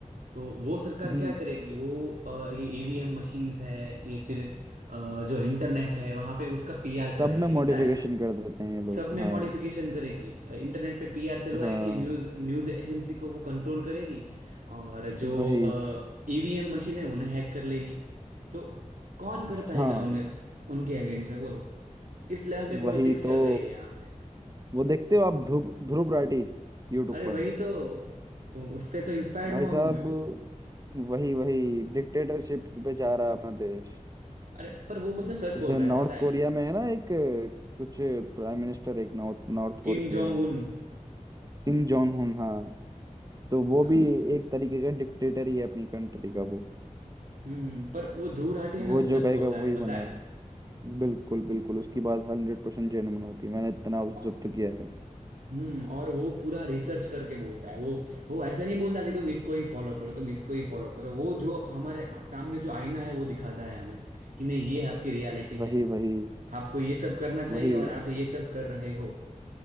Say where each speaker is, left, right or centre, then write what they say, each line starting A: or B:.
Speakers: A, on the right (about 90°); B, on the right (about 25°).
A: तो वो सरकार
B: हम्म
A: क्या करेगी वो अ, ये ईवीएम मशीन्स है ये फिर अ, जो इंटरनेट है वहां पे उसका पीआर चलाएगी
B: तब में मॉडिफिकेशन
A: पता है
B: कर देते हैं ये लोग
A: सब में
B: हाँ
A: मॉडिफिकेशन करेगी अ, इंटरनेट पे पीआर चलवाएगी
B: हाँ
A: न्यूज न्यूज एजेंसी को वो कंट्रोल करेगी और जो
B: वही
A: ईवीएम मशीन है उन्हें हैक कर लेगी तो कौन कर
B: हाँ
A: पाएगा उन्हें उनके अगेंस्ट में बोलो इस लेवल पे पॉलिटिक्स
B: वही
A: चल
B: तो
A: रही है यहाँ पे
B: वो देखते हो आप ध्रुव ध्रुव राठी यूट्यूब
A: अरे वही
B: पर
A: तो उ- उससे तो इंस्पायर्ड
B: भाई
A: हुआ हूं
B: साहब
A: मैं
B: वही वही डिक्टेटरशिप पे जा रहा है अपना देश
A: अरे पर वो बंदा सच
B: जैसे
A: बोल रहा
B: नॉर्थ
A: है पता है
B: कोरिया में है ना एक कुछ प्राइम मिनिस्टर एक नॉर्थ नॉर्थ
A: Kim
B: कोरिया
A: Jong
B: में
A: Un
B: किम जोंग हुन हाँ तो वो
A: हाँ
B: भी एक तरीके का डिक्टेटर ही है अपनी कंट्री का वो
A: हम्म पर वो ध्रुव राठी है
B: वो
A: ना वो
B: जो
A: सच
B: कहेगा
A: बोलता
B: वही
A: है पता
B: होना
A: है
B: है बिल्कुल बिल्कुल उसकी बात हंड्रेड परसेंट जेन्युइन होती है मैंने इतना ऑब्जर्व
A: औ-
B: तो किया है
A: हम्म और वो पूरा रिसर्च करके बोलता है वो वो ऐसे नहीं बोलता कि तुम इसको ही फॉलो करो तुम इसको ही फॉलो करो वो जो हमारे सामने जो आईना है वो दिखाता है हमें कि नहीं ये आपकी रियलिटी है
B: वही वही
A: आपको ये सब करना चाहिए
B: वही
A: और आप
B: अस-
A: ये सब कर रहे हो